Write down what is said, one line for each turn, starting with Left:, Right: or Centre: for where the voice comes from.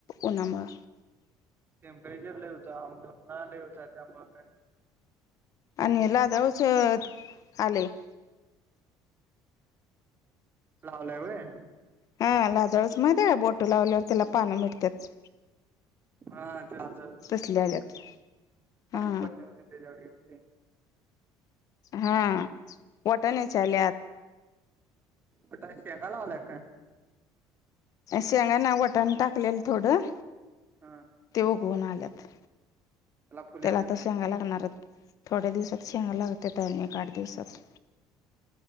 Left: उमुळं
Right: टेम्परेचर ललेवता आम ना लेवता त्यामुळे काय?
Left: आणि लाज षध आले.
Right: लावला आहे.
Left: हा लादळस मध्ये बोट लावल्यावर त्याला पानं मिटतेात.
Right: हा चल चालते
Left: तसले
Right: मा
Left: आल्यात
Right: पाणी
Left: हा
Right: पडल्यावर संध्याच्यावर ये होते.
Left: हा वटण ल्यात
Right: पटाशया का लावलाय काय?
Left: शेंगा ना वटाण टाकलेल थोडं.
Right: हा
Left: ते उघवून आल्यात
Right: फुले
Left: त्याला
Right: येत्यात
Left: आता
Right: होय
Left: शांगा लागणार. आहेत थोड्या दिवसात शेगा लागते अन एक आठ दिवसात